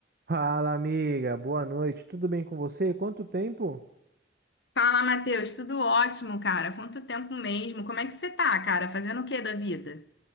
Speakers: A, on the right (about 55°); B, on the left (about 75°).
A: Fala, amiga. Boa noite. Tudo bem com você? Quanto tempo?
B: Fala, Matheus, tudo ótimo, cara? Quanto tempo mesmo? Como é que você tá, cara? Fazendo o que da vida?